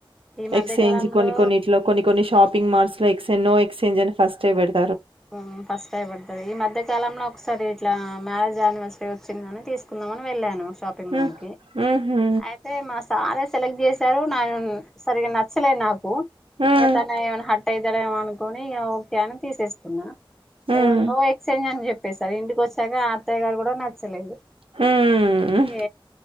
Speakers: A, in the centre; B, on the right.
A: ఈ మధ్య
B: ఎక్స్చేంజ్
A: కాలంలో
B: కొన్ని కొన్నిట్లో కొన్ని కొన్ని షాపింగ్ మాల్స్ లో ఎక్స్చేంజ్ నో ఎక్స్జన్ ఫస్ట్ వెడు
A: హమ్ ఫస్ట్ టైం పడ్డది ఈ మధ్య కాలంలో ఒకసారి ఇట్లా మ్యారేజ్ యానివర్సరీ వచ్చిందని తీసుకుందామని వెళ్ళాను షాపింగ్
B: హ్మ్.
A: మాల్ కి
B: హుహు.
A: అయితే మాస్ చాలా సెలెక్ట్ చేశారు న సరిగ నచ్చలే నాకు
B: హ్మ్.
A: ఇంగా తాను ఏమైనా హట్యి అయితే ఇద్దర అనుకుని ఇంగ ఒకే అని తీసేసుకున్న
B: హ్మ్.
A: ఇంగ నో ఎక్స్చేంజ్ అని చెప్పి చెప్పేసారి ఇంటికి వచ్చాక అత్తయ్య గారు కూడా నచ్చలేదు
B: హ్మ్.
A: ఇంగ